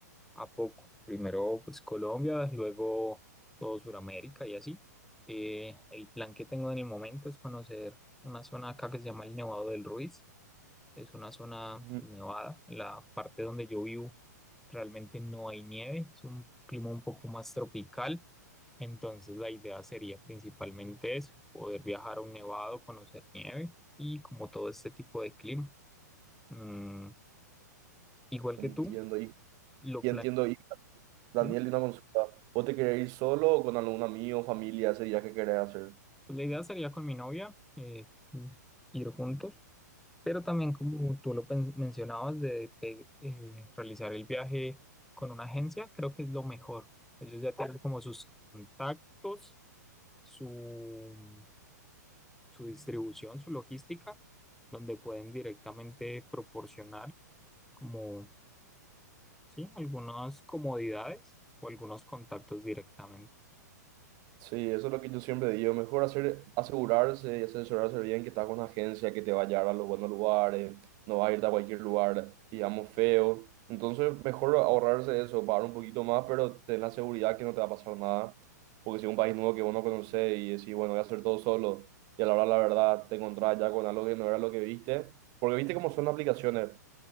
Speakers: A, in the centre; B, on the right.
A: a poco. Primero, pues Colombia, luego todo Sudamérica y así. Eh, el plan que tengo en el momento es conocer una zona acá que se llama el Nevado del Ruiz. Es una zona
B: Ujú.
A: pues, nevada. En la parte donde yo vivo realmente no hay nieve, es un clima un poco más tropical. Entonces la idea sería principalmente eso, poder viajar a un nevado, conocer nieve y como todo este tipo de clima. Mm, igual
B: Entiendo,
A: que tú,
B: y,
A: lo
B: y
A: planeamos.
B: entiendo, y Daniel,
A: Dime.
B: una consulta. ¿Vos te querés ir solo o con algún amigo, familia, ese viaje que querés hacer?
A: Pues la idea sería con mi novia eh, ir juntos Pero también como tú lo pen- mencionabas de pe- eh, realizar el viaje con una agencia, creo que es lo mejor. Ellos ya tienen como sus contactos, su, su distribución, su logística, donde pueden directamente proporcionar como, sí, algunas comodidades o algunos contactos directamente.
B: Sí, eso es lo que yo siempre digo. Mejor hacer, asegurarse y asesorarse bien que está con una agencia que te va a llevar a los buenos lugares, no va a irte a cualquier lugar, digamos, feo. Entonces, mejor ahorrarse eso, pagar un poquito más, pero ten la seguridad que no te va a pasar nada. Porque si es un país nuevo que vos no conocés y decís, bueno, voy a hacer todo solo, y a la hora, la verdad, te encontrás ya con algo que no era lo que viste. Porque viste cómo son las aplicaciones